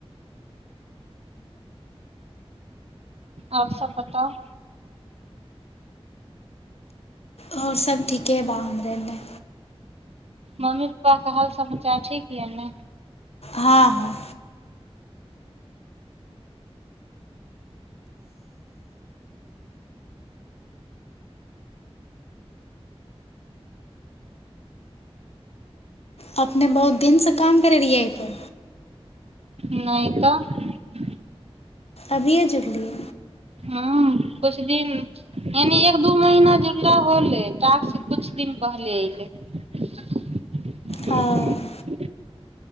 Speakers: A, on the right; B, on the left.
A: आओर सभ बताउ
B: आओर सब ठीके बा हमरे ने
A: मम्मी पप्पा क हाल समाचार ठीक य ने
B: हँ हँ अपने बहुत दिनसँ काम करैत रहियै एहिपर
A: नहि तऽ
B: अभिये जुझलियै
A: ह किुछु दिन यानि एक दू महीना जुड़ला होलै कुछु दिन पहले एऐलै
B: हँ